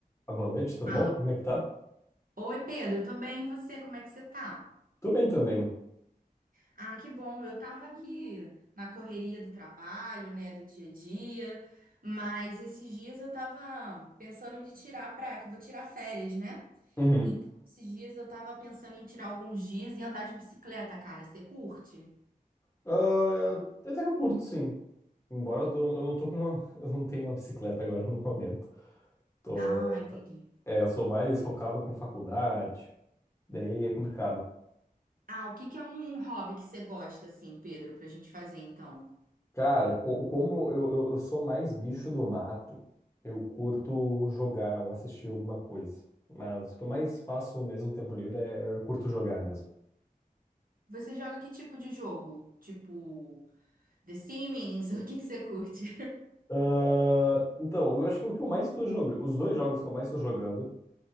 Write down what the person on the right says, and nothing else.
Fala.
Oi, Pedro, tô bem, e você? Como é que você tá?
Ah, que bom, eu tava aqui na correria do trabalho, né, do dia a dia, mas esses dias eu tava pensando de tirar pra, que eu vou tirar férias, né?
Então, esses dias eu tava pensando em tirar alguns dias e andar de bicicleta, cara, você curte?
Ah, entendi.
Ah, o que que é um, um hobby que você gosta, assim, Pedro, pra gente fazer, então?
Você joga que tipo de jogo? Tipo, The Sims? <laughs> O que que você curte?